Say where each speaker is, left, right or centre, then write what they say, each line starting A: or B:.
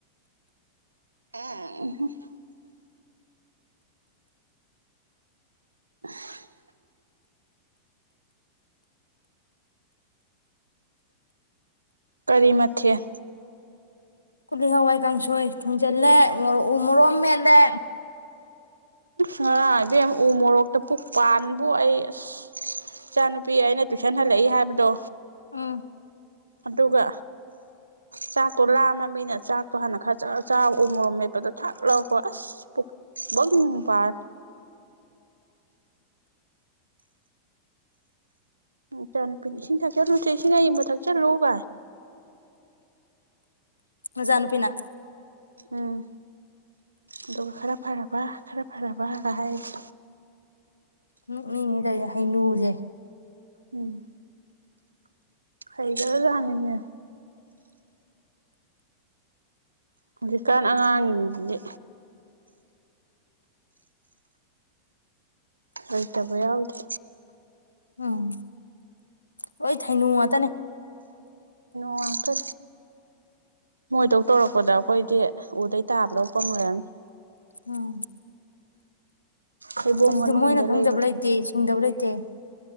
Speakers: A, on the right; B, on the left.
A: <unintelligible> <unintelligible> ꯀꯔꯤ ꯃꯊꯦꯜ
B: ꯀꯨꯂꯤ ꯍꯋꯥꯏ ꯀꯥꯡꯁꯣꯏ ꯊꯨꯡꯖꯤꯜꯂꯦ ꯎ ꯃꯣꯔꯣ ꯑꯃ ꯃꯦꯠꯂꯦ꯫
A: ꯉꯔꯥꯡ ꯏꯕꯦꯝꯃ ꯎ ꯃꯣꯔꯣꯛꯇꯣ ꯄꯨꯛꯄꯥꯟꯕꯨ ꯑꯩ ꯑꯁ ꯏꯆꯥꯅꯨꯄꯤ ꯑꯩꯅ ꯇꯨꯏꯁꯟ ꯍꯜꯂꯛꯏ ꯍꯥꯏꯕꯗꯣ
B: ꯎꯝ
A: ꯑꯗꯨꯒ ꯆꯥꯛꯇꯣ ꯂꯥꯝꯃꯃꯤꯅ ꯆꯥꯛꯇꯣ ꯍꯥꯟꯅ ꯈꯔ ꯆ ꯆꯥꯔ ꯎꯃꯣꯔꯣꯛ ꯃꯦꯠꯄꯗꯣ ꯊꯛꯂꯥꯎ ꯍꯨ ꯑꯁ ꯄꯨꯛꯕꯪ ꯄꯥꯜꯂꯦ꯫ ꯏꯆꯥꯅꯨꯄꯤꯅ ꯏꯁꯤꯡ ꯊꯛꯆꯜꯂꯨꯁꯦ ꯏꯁꯤꯡ ꯑꯌꯤꯡꯕ ꯊꯛꯆꯜꯂꯨ ꯒꯥꯏ꯫
B: ꯅꯆꯥꯅꯨꯄꯤꯅ
A: ꯎꯝ ꯑꯗꯨꯒ ꯈꯔ ꯐꯔꯕ ꯈꯔ ꯐꯔꯕꯒ ꯍꯥꯏꯔꯤ꯫
B: ꯅꯣꯛꯅꯤꯡꯉꯤꯗ ꯍꯩꯅꯨꯖꯦ꯫
A: ꯎꯝ꯫ ꯑꯩꯒꯔꯖꯥꯅꯤꯃꯦ꯫ ꯍꯧꯖꯤꯛꯀꯥꯟ ꯑꯉꯥꯡꯖꯤꯡꯖꯤꯗꯤ ꯍꯩꯇꯕ ꯌꯥꯎꯗꯦ꯫
B: ꯎꯝ ꯂꯣꯏ ꯊꯩꯅꯨ ꯉꯥꯛꯇꯅꯦ꯫
A: <unintelligible> ꯃꯣꯏꯗꯧ ꯇꯧꯔꯛꯄꯗ ꯑꯩꯈꯣꯏꯗꯤ ꯎꯗꯩ ꯇꯥꯕꯗꯧ ꯄꯪꯂꯩꯔꯝꯅꯤ꯫
B: ꯎꯝ꯫
A: ꯍꯩꯕꯣꯡ
B: ꯍꯧꯖꯤꯛꯇꯤ
A: ꯃꯅꯨꯡꯗ
B: ꯃꯣꯏꯅ ꯈꯪꯗꯕ
A: ꯂꯩꯕ
B: ꯂꯩꯇꯦ ꯁꯤꯡꯗꯕ ꯂꯩꯇꯦ꯫